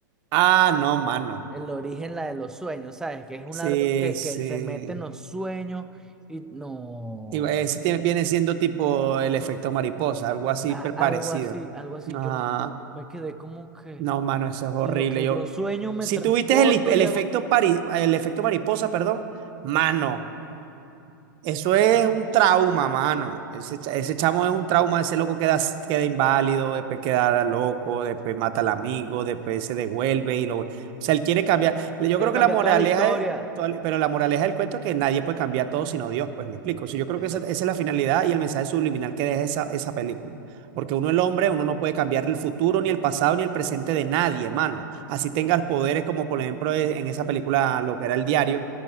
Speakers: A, on the right (about 45°); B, in the centre.
A: Ah, no, mano.
B: El origen, la de los sueños, ¿sabes? Que es un
A: Sí,
B: ladrón que,
A: sí.
B: que se mete en los sueños y no,
A: Digo, Ese tie- viene siendo tipo el efecto mariposa, algo así
B: a-
A: per- parecido.
B: algo así, algo así.
A: Ah,
B: Yo me, yo me quedé como que,
A: no, mano, eso es
B: si
A: horrible.
B: lo que
A: Yo,
B: yo sueño me
A: si
B: transporto
A: tuviste el, el
B: y
A: efecto
B: hago,
A: pari- el efecto mariposa, perdón, mano. Eso es un trauma, mano. Ese, cha- ese chamo es un trauma, ese loco queda, s- queda inválido, después queda loco, después mata al amigo, después se devuelve y lo... O sea, él quiere cambiar. Le- Yo
B: quiere
A: creo
B: cambiar
A: que la moraleja
B: toda la historia.
A: es... toda la- Pero la moraleja del cuento es que nadie puede cambiar todo sino Dios, pues me explico. O sea, yo creo
B: Exacto,
A: que esa, esa es la finalidad y el mensaje subliminal que deja esa, esa película. Porque uno, el hombre, uno no puede cambiar el futuro, ni el pasado, ni el presente de nadie, mano. Así tengas poderes como, por ejemplo, e- en esa película, lo que era el diario